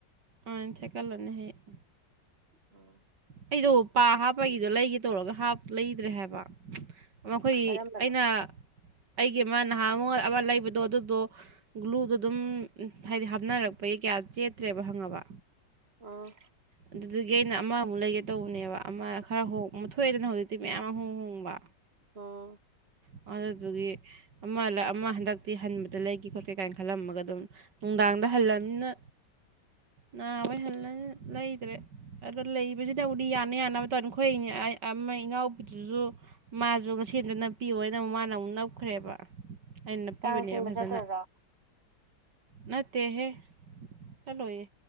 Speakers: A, on the right; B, on the right.
A: ꯑ ꯊꯦꯀꯠꯂꯨꯅꯤ ꯍꯥꯌꯦꯡ꯫
B: ꯎꯝ
A: ꯑꯩꯗꯣ ꯄꯥ ꯍꯥꯞꯄꯒꯤꯗꯣ ꯂꯩꯒꯦ ꯇꯧꯔꯒ ꯂꯩꯇ꯭ꯔꯦ ꯍꯥꯏꯕ ꯃꯈꯣꯏꯒꯤ
B: ꯀꯔꯝꯕꯅꯣ
A: ꯑꯩꯅ ꯑꯩꯒꯤ ꯑꯃ ꯅꯍꯥ ꯑꯃ ꯑꯃ ꯂꯩꯕꯗꯣ ꯑꯗꯨꯗꯣ ꯒ꯭ꯂꯨꯗꯣ ꯑꯗꯨꯝ ꯍꯥꯏꯗꯤ ꯍꯥꯞꯅꯔꯛꯄꯒꯤ ꯀꯌꯥ ꯆꯦꯠꯇ꯭ꯔꯦꯕ ꯍꯪꯉꯕ
B: ꯑꯣ
A: ꯑꯗꯨꯗꯨꯒꯤ ꯑꯩꯅ ꯑꯃꯃꯨꯛ ꯂꯩꯒꯦ ꯇꯧꯕꯅꯦꯕ ꯑꯃ ꯈꯔ ꯍꯣꯡ ꯊꯣꯛꯑꯦꯗꯅ ꯍꯧꯖꯤꯛꯇꯤ ꯃꯌꯥꯝ ꯑꯃ ꯍꯣꯡ ꯍꯣꯡꯕ
B: ꯑꯣ
A: ꯑꯗꯨꯗꯨꯗꯒꯤ ꯑꯃ ꯑꯃ ꯍꯟꯗꯛꯇꯤ ꯍꯟꯕꯗ ꯂꯩꯒꯦ ꯈꯣꯠꯀꯦ ꯀꯥꯏꯅ ꯈꯜꯂꯝꯃꯒ ꯑꯗꯨꯝ ꯅꯨꯡꯗꯥꯡꯗ ꯍꯜꯂꯝꯅꯤꯅ ꯅꯥꯕꯩ ꯍꯜꯂꯅꯤꯅ ꯂꯩꯗ꯭ꯔꯦ ꯑꯗꯣ ꯂꯩꯕꯖꯤꯗꯕꯨꯗꯤ ꯌꯥꯅ ꯌꯥꯅꯕ ꯇꯧꯔꯅꯤ ꯑꯩꯈꯣꯏ ꯏꯅꯦ ꯑꯩ ꯑ ꯑꯃ ꯏꯅꯥꯎꯄꯤꯗꯨꯁꯨ ꯃꯥꯖꯨ ꯉꯁꯤ ꯑꯝꯇ ꯅꯞꯄꯤꯑꯣꯏꯅ ꯑꯃꯨꯛ ꯃꯥꯅ ꯑꯃꯨꯛ ꯅꯞꯈ꯭ꯔꯦꯕ ꯑꯩꯅ ꯅꯞꯄꯤꯕꯅꯦꯕ
B: ꯀꯥꯡ ꯆꯤꯡꯕ
A: ꯐꯖꯅ
B: ꯆꯠꯇꯣꯏꯔꯣ
A: ꯅꯠꯇꯦꯍꯦ ꯆꯠꯂꯣꯏꯌꯦ